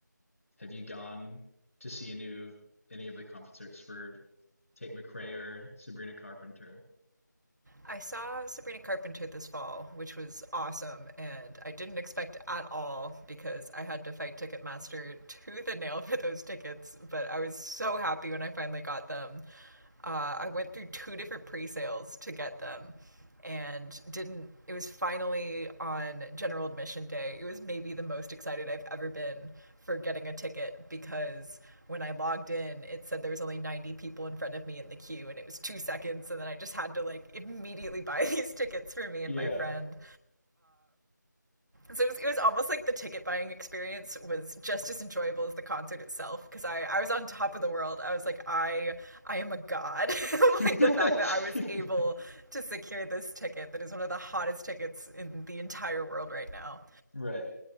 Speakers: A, on the left; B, on the right.
A: Have you gone to see any of any of the concerts for Tate McRae or Sabrina Carpenter?
B: I saw Sabrina Carpenter this fall, which was awesome, and I didn't expect at all because I had to fight Ticketmaster to the nail for those tickets, but I was so happy when I finally got them. Uh, I went through two different pre sales to get them and didn't it was finally on general admission day it was maybe the most excited i've ever been for getting a ticket because when i logged in it said there was only 90 people in front of me in the queue and it was two seconds and then i just had to like immediately <laughs> buy these tickets for me
A: Yeah.
B: and my friend so it was, it was almost like the ticket buying experience was just as enjoyable as the concert itself because I, I was on top of the world. I was like, I I am a god. <laughs>
A: <laughs>
B: like the fact that I was able to secure this ticket that is one of the hottest tickets in the entire world right now.
A: Right.